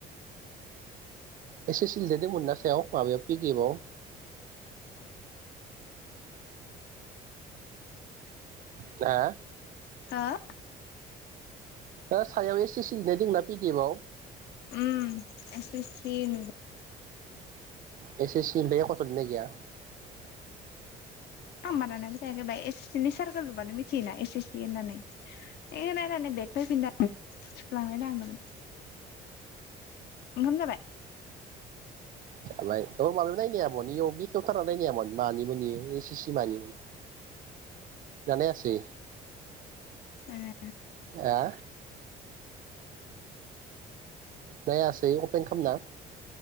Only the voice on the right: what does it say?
एस सि सि लिरनाय दोंमोन ना सायाव माबायाव पिदिएफआव?
दा।
ओ सायाव एस सि सि लिरनाय दोङोना पिडिएफ आव।
एस सि सि ओफाय एख'थो लिरनाय गैया?
जाबाय औ माबायाव नायनो हायामन इआव बेखेवथारना नायनो हायामोन मानिमोन इयो एस सि सि मानिमोन दा नायासै।
आ। नायासै अपेन खामना।